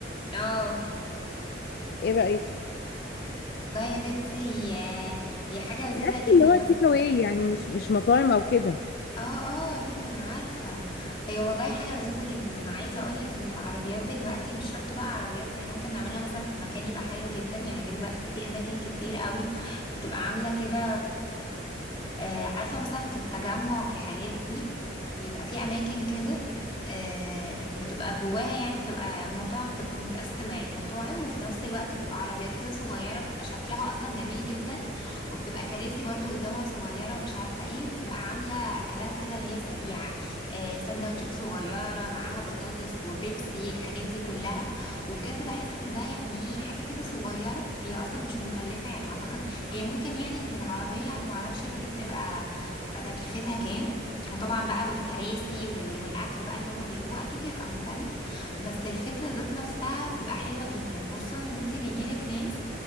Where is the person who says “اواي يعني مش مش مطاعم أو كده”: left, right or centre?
Left